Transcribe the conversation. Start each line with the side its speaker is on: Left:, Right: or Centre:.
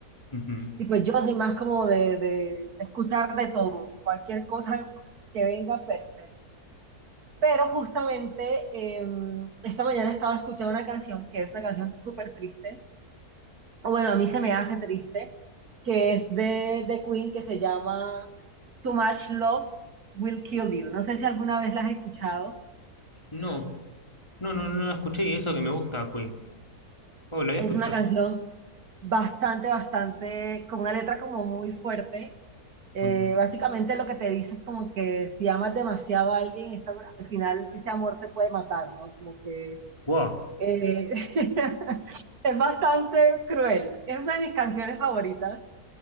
Left: Ujú.
Right: Y pues yo soy más como de, de, de escuchar de todo, cualquier cosa que venga, perfecto. Pero justamente eh, esta mañana estaba escuchando una canción que es una canción súper triste o bueno, a mí se me hace triste, que es de, de Queen, que se llama Too Much Love Will Kill You. No sé si alguna vez la has escuchado.
Left: No, no, no, no la escuché y eso que me gusta, Queen. Oh, la voy
Right: Es
Left: a escuchar.
Right: una canción bastante, bastante, con una letra como muy fuerte. Eh,
Left: Ok.
Right: básicamente lo que te dice es como que si amas demasiado a alguien, esta- al final ese amor te puede matar, ¿no? Como que
Left: Wow.
Right: eh, <laughs> es bastante cruel. Es una de mis canciones favoritas.